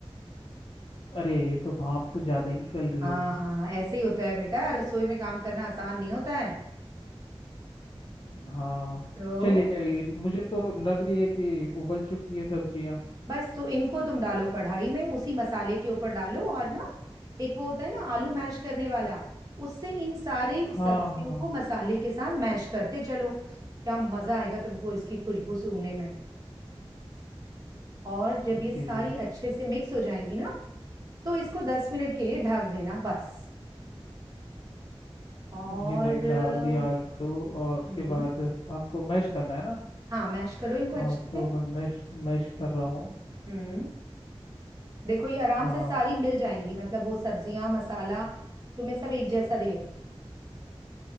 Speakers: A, on the left (about 60°); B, on the right (about 35°).
A: अरे ये तो भाप तो ज़्यादा ही निकल रही
B: हाँ
A: है वो तो
B: हाँ हाँ, ऐसे ही होता है बेटा रसोई में काम करना आसान नहीं होता है
A: हाँ
B: तो
A: चलिए ये- मुझे तो लग रही है कि उबल चुकी है सब्जियाँ
B: बस तो इनको तुम डालो कढ़ाई में उसी मसाले के ऊपर डालो और ना एक वो होता है ना आलू मैश करने वाला उससे इन सारी सब्जियों
A: हाँ हाँ
B: को मसाले के साथ मैश करते चलो क्या मजा आएगा तुमको इसकी खुशबू सूंघने में। और जब ये सारी
A: जी जी जी
B: अच्छे से मिक्स हो जाएंगी ना तो इसको दस मिनट के लिए ढक देना बस और
A: जी मैंने
B: अ,
A: डाल दिया आलू और उसके
B: हम्म
A: बाद हमको मैश करना है ना
B: हाँ मैश करो इनको अच्छे
A: हाँ
B: से
A: तो मैं मैश मैश कर रहा हूँ
B: हम्म देखो ये आराम
A: हाँ
B: से सारी मिल जाएंगी मतलब वो सब्जियां मसाला तुम्हें सब एक जैसा दे